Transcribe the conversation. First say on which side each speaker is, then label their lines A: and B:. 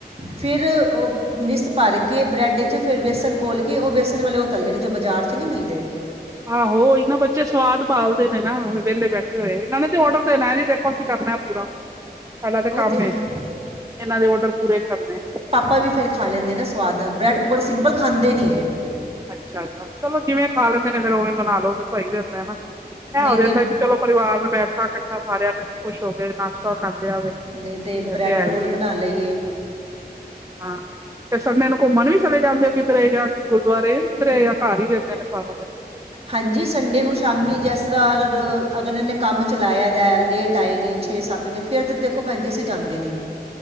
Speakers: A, on the right; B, on the right.
A: ਫਿਰ, ਉਹ ਮਿਸ ਭਰ ਕੇ ਬਰੈੱਡ 'ਚ ਫਿਰ ਵੇਸਣ ਘੋਲ ਕੇ, ਉਹ ਵੇਸਣ ਵਾਲੇ ਉਹ ਤਲੇ ਨੇ, ਜੋ ਬਾਜ਼ਾਰ 'ਚ, ਨਹੀਂ ਮਿਲਦੇ
B: ਆਹੋ ਉਹੀ ਨਾ, ਬੱਚੇ ਸਵਾਦ ਭਾਲਦੇ ਨੇ ਨਾ, ਵਿਹਲੇ ਬੈਠੇ ਹੋਏ, ਇਹਨਾਂ ਨੇ ਤੇ ਔਡਰ ਦੇਣਾ ਇਹ ਨੀ ਦੇਖ ਇਹ ਅਸੀਂ ਕਰਨਾ ਪੂਰਾ, ਸਾਡਾ ਤੇ
A: ਉਹ
B: ਕੰਮ ਏ,
A: ਹੈ
B: ਇਹਨਾਂ ਦੇ ਔਡਰ ਪੂਰੇ ਕਰਨੇ।
A: ਆਪਾ ਵੀ, ਫੇਰ ਖਾ ਲੈਂਦੇ ਨਾ ਸਵਾਦ ਨਾਲ, ਬ੍ਰੈਡ ਪਕੌੜੇ ਸਿੰਪਲ ਖਾਂਦੇ ਨੀ ਹੈ।
B: ਅੱਛਾ- ਅੱਛਾ, ਚਲੋ ਜਿਵੇਂ ਖਾ ਲੈਂਦੇ ਨੇ, ਫਿਰ ਉਵੇਂ ਬਨਾ ਲਉ, ਫਿਰ ਸਹੀ ਰਹਿੰਦਾ ਨਾ। ਐ
A: ਨਹੀਂ
B: ਹੋ ਜਾਂਦਾ
A: ਤੇ
B: ਕਿ, ਚਲੋ ਪਰਿਵਾਰ ਨਾਲ ਬੈਠ ਖਾ ਇਕੱਠਾ ਖਾ ਲਿਆ, ਬਸ ਖੁਸ਼ ਹੋ ਗਏ ਨਾਸ਼ਤਾ ਕਰ ਲਿਆ ਵੇ,
A: ਨਹੀਂ
B: ਇਹ
A: ਬ੍ਰੈਡ
B: ਤੇ ਹੈ
A: ਰੋਲ
B: ਈ
A: ਬਣਾ
B: ਏ।
A: ਲਈਏ
B: ਹਾਂ, ਫਿਰ ਸੰਡੇ ਨੂੰ ਘੁੰਮਣ ਵੀ, ਚੱਲੇ ਜਾਂਦੇ ਹੋ, ਕਿਧਰੇ ਜਾ ਗੁਰਦੁਆਰੇ, ਕਿਧਰੇ ਯਾ ਘਰ ਹੀ ਰਹਿੰਦੇ ਨੇ ਸਾਰਾ ਦਿਨ?
A: ਹਾਂਜੀ, ਸੰਡੇ ਨੂੰ ਸ਼ਾਮੀ, ਜਿਸ ਤਰ੍ਹਾਂ ਅਗਰ, ਅਗਲੇ ਨੇ ਕੰਮ ਚਲਾਇਆ ਦਾ, ਲੇਟ ਆਏ ਨੇ
B: ਦਿਨ।
A: ਛੇ ਸੱਤ ਵਜੇ, ਫਿਰ ਤਾਂ ਦੇਖੋ ਭੈਣ ਜੀ ਅਸੀਂ ਜਾਂਦੇ ਨਹੀਂ।